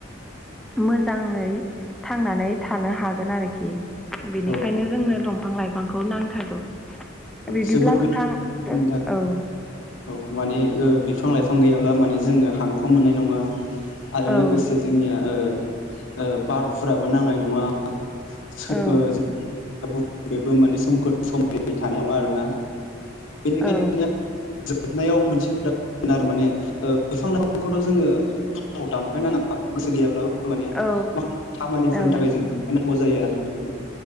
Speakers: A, in the centre; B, on the left.
A: मोजाङै थांनानै थानो हागोन आरोखि बिनिखायनो
B: औ
A: जोंनो दंफां लाइफांखौ नांथारगौ बिदिब्ला
B: जोबोद
A: नोंथां <unintelligible>
B: गोनांनि थाखाय
A: औ
B: औ माने ओ बिफां लाइफां गैयाब्ला माने जोङो हांखौ मोननाय नङा आरो
A: औ
B: लोगोसे जोंनिया ओ ओ बारफुराबो नांनाय नङा <unintelligible>
A: औ
B: माने सोमखोर समायनायै थानाय नङा आरो ना बेनिखायनो
A: औ
B: <unintelligible> जोबनायाव मोनसे आरो माने बिफां लाइफांखौथ' जोङो गाव दानफायनाङा गोसो गैयाब्ला माने
A: औ
B: माखासे खामानिफोरनि
A: औ
B: थाखाय जों दानफायनांगौ जायो आरो नोंथां